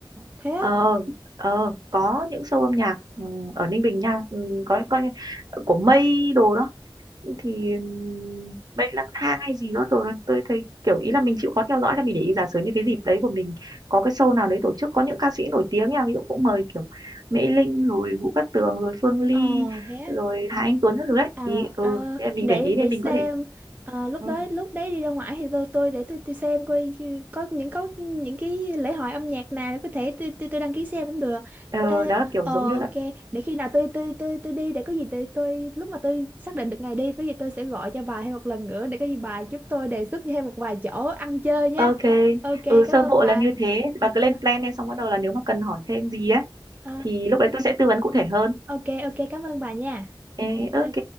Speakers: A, on the right; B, on the right.
A: thế á?
B: ờ ờ có những show âm nhạc ừ, ở Ninh Bình nha ừ, có, có của Mây đồ đó thì ừm, bệnh lang thang hay gì đó rồi tôi thấy kiểu ý là mình chịu khó theo dõi là mình để ý giả sử như cái dịp đấy của mình có cái show nào đấy tổ chức có những ca sĩ nổi tiếng nha ví dụ cũng mời kiểu Mỹ Linh rồi Vũ Cát Tường rồi Phương Ly
A: Ờ, thế á.
B: rồi Hà Anh Tuấn các thứ đấy
A: Ờ,
B: ý ừ
A: ờ,
B: thế là mình
A: để
B: để ý
A: để
B: để mình
A: xem
B: có thể
A: Ờ, lúc
B: ừ,
A: đó lúc đấy đi ra ngoài thì tôi tôi để tôi tôi xem coi có những có những cái lễ hội âm nhạc nào để có thể tôi tôi, tôi đăng ký xem cũng được
B: ờ,
A: Ê,
B: đó kiểu
A: ờ
B: giống như
A: ok
B: là
A: để khi nào tôi tôi tôi tôi đi để có gì tôi tôi lúc mà tôi xác định được ngày đi có gì tôi sẽ gọi cho bà thêm một lần nữa để có gì bà giúp tôi đề xuất thêm một vài chỗ ăn chơi nha
B: ok
A: ok cảm
B: ừ sơ
A: ơn
B: bộ
A: bà
B: là như thế bà cứ
A: À,
B: lên plan lên xong bắt đầu là nếu mà cần hỏi thêm gì á
A: à,
B: thì lúc đấy tôi sẽ tư vấn cụ thể hơn
A: ok ok cảm ơn bà nha
B: Ê,
A: Ok.
B: ok